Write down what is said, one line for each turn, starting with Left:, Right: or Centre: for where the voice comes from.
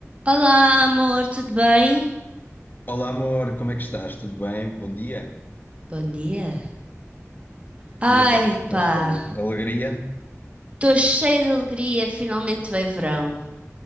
Right: Olá, amor, tudo bem?
Left: Olá, amor, como é que estás? Tudo bem? Bom dia.
Right: Bom dia. Ai,
Left: E então, estás
Right: pá,
Left: com alegria?
Right: estou cheia de alegria, finalmente veio verão.